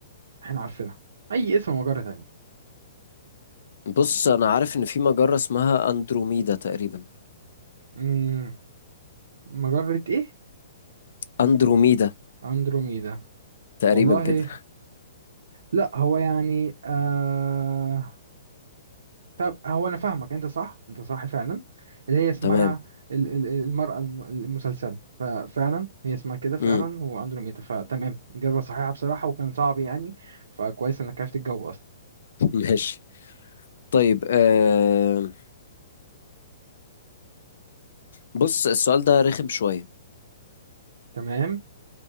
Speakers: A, on the right (about 70°); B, on the left (about 65°).
A: إحنا عارفينها أي اسم مجرة تانية
B: بص أنا عارف إن في مجرة اسمها أندروميدا تقريبا
A: مم. مجرة إيه؟
B: أندروميدا
A: أندروميدا
B: تقريبا
A: والله
B: كده
A: لا هو يعني آه... طب هو انا فاهمك انت صح انت صح فعلا اللي هي اسمها
B: تمام
A: ال- ال- المرأة الم- المسلسلة ففعلا هي اسمها كده فعلا
B: مم.
A: واندروميدا فتمام اجابة صحيحة بصراحة وكان صعب يعني فكويس انك عرفت الجو اصلا
B: <laughs> ماشي طيب آه بص السؤال ده رخم شوية
A: تمام